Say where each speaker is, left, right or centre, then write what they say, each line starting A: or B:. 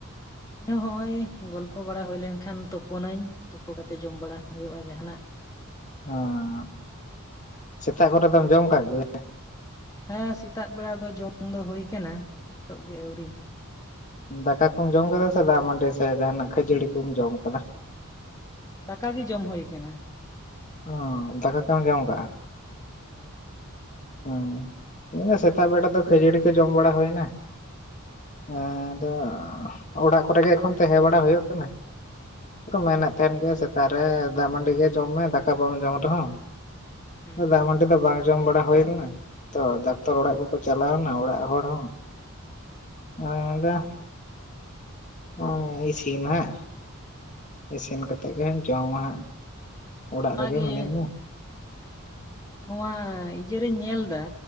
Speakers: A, on the left; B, on the left.
A: ᱤᱧ ᱦᱚᱸ ᱦᱚᱜᱼᱚᱭ ᱜᱚᱞᱯᱷᱚ ᱵᱟᱲᱟ ᱦᱩᱭ ᱞᱮᱱ ᱠᱷᱟᱱ ᱛᱩᱯᱳᱱᱟᱹᱧ ᱛᱩᱯᱩ ᱠᱟᱛᱮ ᱡᱚᱢ ᱵᱟᱲᱟ ᱦᱩᱭᱩᱜᱼᱟ ᱡᱟᱦᱟᱱᱟᱜ᱾ <inaudible>
B: ᱚᱸᱻ
A: ᱡᱚᱢ
B: ᱥᱮᱛᱟᱜ
A: ᱵᱟᱲᱟ
B: ᱠᱚᱨᱮ
A: ᱠᱟᱛᱮ
B: ᱫᱚᱢ ᱡᱚᱢ ᱠᱟᱜ ᱜᱮ
A: ᱦᱮᱸ ᱥᱮᱛᱟᱜ ᱵᱮᱲᱟ ᱫᱚ ᱡᱚᱢ ᱫᱚ ᱦᱳᱭ ᱠᱟᱱᱟ, ᱱᱤᱛᱚᱜ ᱜᱮ ᱟᱹᱣᱨᱤ᱾
B: ᱟᱸ ᱫᱟᱠᱟ ᱠᱩᱢ ᱡᱚᱢ ᱠᱟᱫᱟ ᱥᱮ ᱫᱟᱜ ᱢᱟᱹᱰᱤ ᱥᱮ ᱡᱟᱦᱟᱱᱟᱜ ᱠᱷᱟᱹᱡᱟᱹᱲᱤ ᱠᱚᱢ ᱡᱚᱢ ᱠᱟᱫᱟ?
A: ᱫᱟᱠᱟ ᱜᱮ ᱡᱚᱢ ᱦᱩᱭ ᱠᱟᱱᱟ᱾ ᱥᱮᱛᱟᱜ ᱨᱮ
B: ᱚᱸ ᱫᱟᱠᱟ ᱠᱮᱢ ᱡᱚᱢ ᱠᱟᱜ-ᱟ᱾
A: ᱦᱳᱭ
B: ᱦᱮᱸ, ᱤᱧ ᱫᱚ ᱥᱮᱛᱟᱜ ᱵᱮᱲᱟ ᱫᱚ ᱠᱷᱟᱹᱡᱟᱹᱲᱤ ᱠᱚ ᱡᱚᱢ ᱵᱟᱲᱟ ᱦᱩᱭᱱᱟ᱾
A: ᱚ
B: ᱟᱫᱚ ᱚᱲᱟᱜ ᱠᱚᱨᱮ ᱜᱮ ᱮᱠᱷᱚᱱ ᱛᱟᱦᱮᱸ ᱵᱟᱲᱟ ᱦᱩᱭᱩᱜ ᱠᱟᱱᱟ ᱾ ᱠᱚ ᱢᱮᱱᱮᱫ ᱛᱟᱦᱮᱱ ᱜᱮ ᱥᱮᱛᱟᱜ ᱨᱮ ᱫᱟᱜ ᱢᱟᱹᱰᱤ ᱜᱮ ᱡᱚᱢ ᱢᱮ ᱫᱟᱠᱟ ᱵᱟᱢ ᱡᱚᱢ ᱨᱮᱦᱚᱸ
A: ᱦᱩᱸ
B: ᱫᱟᱜ ᱢᱟᱹᱰᱤ ᱫᱚ ᱵᱟᱝ ᱡᱚᱢ ᱵᱟᱲᱟ ᱦᱳᱭ ᱛᱚ ᱰᱟᱠᱛᱟᱨ ᱚᱲᱟᱜ ᱠᱚᱠᱚ ᱪᱟᱞᱟᱣ ᱱᱟ ᱚᱲᱟᱜ ᱦᱚᱲ ᱦᱚᱸ ᱚᱪᱚ ᱱᱚᱜ-ᱚᱭ ᱤᱥᱤᱱ ᱦᱟᱸᱜ ᱤᱥᱤᱱ ᱠᱟᱛᱮ ᱜᱮ ᱦᱟᱸᱜ ᱡᱚᱢᱟ ᱦᱟᱸᱜ ᱚᱲᱟᱜ
A: ᱚᱱᱟᱜᱮ
B: ᱨᱮᱜᱮ ᱢᱤᱱᱟᱹᱧᱟ
A: ᱱᱚᱣᱟ ᱤᱭᱟᱹ ᱨᱮᱧ ᱧᱮᱞ ᱫᱟ